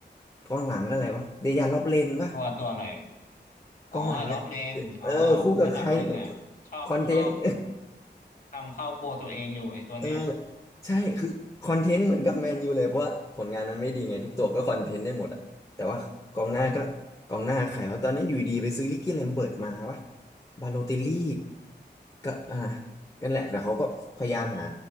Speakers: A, on the left; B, on the left.
A: กองหลังก็อะไรวะเดียร์ล็อบเลนปะ
B: ตัวตัวอะไร
A: กองหลังเนี่ย
B: อ๋อล็อบเลนอ๋อ
A: เออคู่กับใครเนี่ย
B: ระดับหนึ่งอ่ะชอบชอบ
A: คอนเทนต์
B: ทำเข้าโกลตัวเองอยู่ไอ้ตัวเนี้ย
A: เออใช่คือคอนเทนต์เหมือนกับแมนยูเลยเพราะว่าผลงานมันไม่ดีไงทุกตัวก็คอนเทนต์ได้หมดอะแต่ว่ากองหน้าก็กองหน้าใครว่าตอนนั้นอยู่ดีไปซื้อลิกกี้เลมเบิร์ตมาปะบาโลติลลี่ก็อ่ะนั่นแหละแต่เขาก็พยายามหา